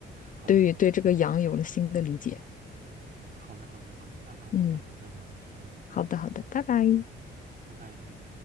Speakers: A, on the right; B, on the left.
A: 好的，
B: 对于对这个羊有了新的理解。
A: 好的，嗯，好的，好的，好的，那那我们改天再聊吧，
B: 嗯，
A: 嗯，
B: 好的，好的，拜拜。
A: 嗯拜拜。